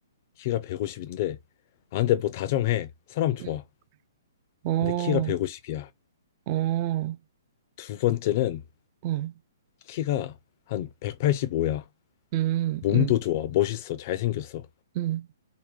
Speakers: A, on the left; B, on the right.
A: 키가 150인데, 아, 근데 뭐 다정해. 사람 좋아.
B: 응. 어,
A: 근데 키가 150이야.
B: 어.
A: 두 번째는
B: 응,
A: 키가 한 185야.
B: 음,
A: 몸도
B: 음,
A: 좋아. 멋있어. 잘생겼어.
B: 음,